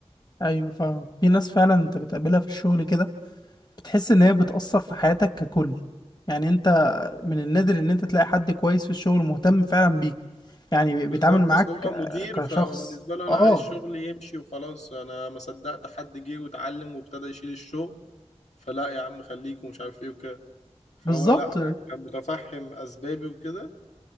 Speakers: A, on the left; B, on the left.
A: أيوه فاهمك في ناس فعلا أنت بتقابلها في الشغل كده بتحس إن هي بتأثر في حياتك ككل يعني أنت من النادر إن أنت تلاقي حد كويس في الشغل مهتم فعلا بيك يعني
B: بالظبط
A: بيتعامل معاك
B: اصل هو
A: آه،
B: مدير
A: كشخص
B: فهو بالنسبة له انا
A: اه
B: عايز شغلي يمشي وخلاص انا ما صدقت حد جه واتعلم وابتدى يشيل الشغل فلا يا عم خليك ومش عارف ايه وكده فهو
A: بالظبط
B: لا يعني كان متفهم اسبابي وكده